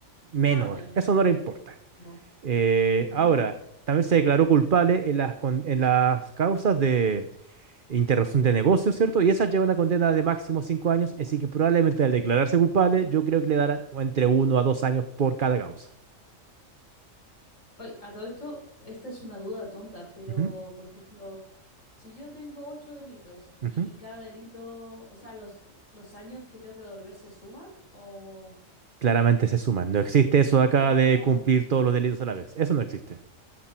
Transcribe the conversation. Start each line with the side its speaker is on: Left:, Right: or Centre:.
Right: menor.
Left: Ah, ya, ya.
Right: Eso no le importa.
Left: Mo.
Right: Eh,
Left: Ujú.
Right: ahora, también se declaró culpable en las, con- en las causas de interrupción de negocio, ¿cierto? Y esa lleva una condena de máximo cinco años, así que probablemente al declararse culpable, yo creo que le darán entre uno a dos años por cada causa.
Left: Oye, a todo esto, esta es una duda tonta, pero
Right: Ujú,
Left: por ejemplo, si yo tengo ocho delitos
Right: ujú.
Left: y cada delito, o sea, los, los años que tengo que devolver se suman o...
Right: Claramente se suman. No existe eso de acá
Left: Ua.
Right: de cumplir todos los delitos a la vez. Eso no existe.